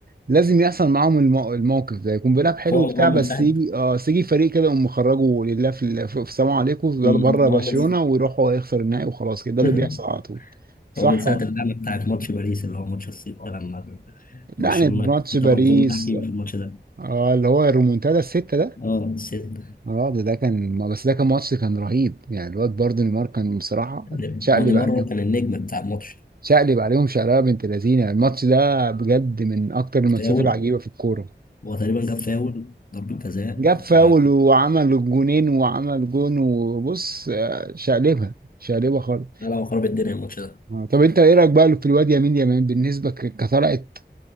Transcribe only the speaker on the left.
هو
هو
من ساعة
مم.
هو من
<laughs>
هو من ساعة
اللعنة بتاعت ماتش باريس اللي هو ماتش الصيف ده لما
برشلونة
كان في
طبعا ظلم تحكيمي في الماتش ده
اه الصيف
ده
هو نيمار
هو كان النجم بتاع الماتش
فاول
هو تقريبا جاب فاول ضربة جزاء
و...
لا لا هو خرب الدنيا الماتش ده